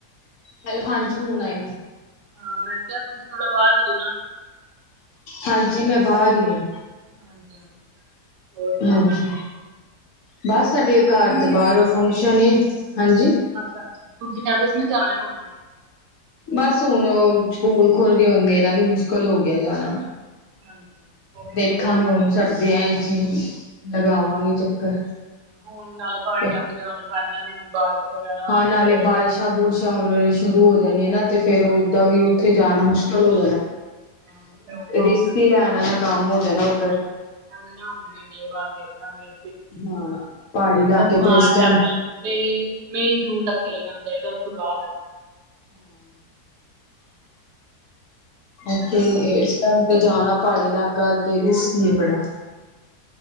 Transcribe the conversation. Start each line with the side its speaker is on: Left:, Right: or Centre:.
Left: ਹੈਲੋ ਹਾਂਜੀ, ਹੁਣ ਆਈ।
Right: ਹਾਂ, ਮੈਂ ਕਿਹਾ ਤੁਸੀਂ ਥੋੜਾ ਬਾਹਰ ਜੋ ਨਾ
Left: ਹਾਂਜੀ, ਮੈਂ ਬਾਹਰ ਈ ਆਂ।
Right: ਹਾਂਜੀ ਹਾਂਜੀ ਹੋਰ ਸੁਣਾਓ
Left: ਹਾਂਜੀ,
Right: <inaudible>
Left: ਬਸ ਸਾਡੇ
Right: ਤੁਸੀਂ
Left: ਘਰ
Right: ਨੀ
Left: ਦੇ
Right: ਗਏ
Left: ਬਾਹਰੋਂ
Right: ਘੁੰਮਣ ਤੁਸੀਂ
Left: ਫੰਕਸ਼ਨ ਏ, ਹਾਂਜੀ
Right: ਅੱਛਾ ਤੁਸੀਂ ਪੈਲਿਸ ਨੇ ਜਾਣਾ ਘੁੰਮਣ।
Left: ਬਸ ਹੁਣ ਸਕੂਲ ਖੁਲ ਗਏ, ਹੁਣ ਮੇਰਾ ਵੀ ਮੁਸ਼ਕਿਲ ਹੋ ਗਿਆ ਜਾਣਾ।
Right: ਹਾਂਜੀ। ਉਹੀ
Left: ਦੇਖਾਵਾਂਗੀ
Right: ਨਾ ਬੱਚਿਆਂ ਦੇ
Left: ਹੁਣ
Right: ਸਕੂਲ
Left: ਸਰਦੀਆਂ
Right: ਸੀ।
Left: ਵਿੱਚ ਹੀ ਲਗਾਵਾਂਗੀ ਚੱਕਰ।
Right: ਹੁਣ ਨਾਲੇ ਪਾਣੀ
Left: ਤੇ
Right: ਲਾ ਕੇ ਫਾਇਦਾ ਨਹੀਂ ਹੁਣ ਬਾਰਿਸ਼ ਵਗੈਰਾ ਹੋਏਗੀ
Left: ਹਾਂ, ਨਾਲੇ
Right: ਤੇ ਫਿਰ
Left: ਬਾਰਿਸ਼ਾਂ-ਬੁਰਸ਼ਾਂ ਸ਼ੁਰੂ ਹੋ ਜਾਣੀ ਨਾ ਤੇ ਫਿਰ
Right: ਹਾਂ
Left: ਉਦਾਂ ਵੀ ਉਥੇ ਜਾਣਾ ਮੁਸ ਹੈਲੋ,
Right: ਹਾਂ ਉੱਥੇ ਔਖਾ
Left: ਰਿਸਕੀ
Right: ਹੁੰਦਾ
Left: ਲੈਣ ਵਾਲਾ
Right: ਹਾਂ
Left: ਕੰਮ ਹੋ ਜਾਣਾ ਉਧਰ
Right: ਕੋਈ ਨਾ ਹੁਣ ਨੀ, ਦੇਖਾਂਗੇ।
Left: ਹਾਂ ਪਹਾੜੀ ਇਲਾਕੇ
Right: ਬਸ ਮਾਰਚ,
Left: ਤੇ ਇਸ ਟਾਈਮ
Right: ਅਪ੍ਰੈਲ, ਮਈ, ਜੂਨ ਤੱਕ। ਚਲੇ ਜਾਣਾ ਚਾਹੀਦਾ, ਉਸਤੋਂ ਬਾਅਦ ਹੋਰ
Left: ਏਥੇ
Right: ਸੁਣਾਓ
Left: ਐਸ ਟਾਈਮ। ਤੇ ਜਾਣਾ ਪਹਾੜੀ ਇਲਾਕਾ ਤੇ
Right: ਬਹੁਤ
Left: ਰਿਸਕੀ
Right: ਜ਼ਿਆਦਾ
Left: ਹੈ ਬੜਾ।